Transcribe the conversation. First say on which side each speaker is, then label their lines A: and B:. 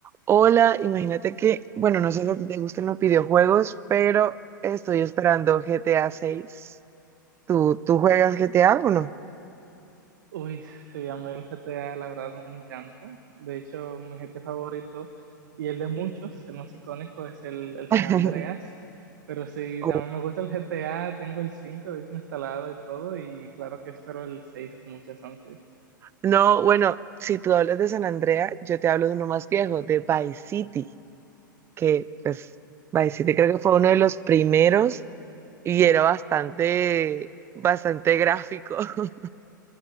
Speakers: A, on the right (about 25°); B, on the right (about 65°).
A: Hola, imagínate que, bueno, no sé si a ti te gustan los videojuegos, pero estoy esperando GTA 6. ¿Tú, tú juegas GTA o no?
B: Uy, sí, a mí el GTA, la verdad, me encanta. De hecho, mi GTA favorito y el de muchos, el más icónico, es el, el
A: <laughs>
B: San Andreas. Pero sí,
A: Oh.
B: también me gusta el GTA, tengo el 5, de hecho, instalado y todo. Y claro que espero el 6 con muchas ansias.
A: No, bueno, si tú hablas de San Andrea, yo te hablo de uno más viejo, de Vice City, que pues Vice City creo que fue uno de los primeros y era bastante, bastante gráfico. <laughs>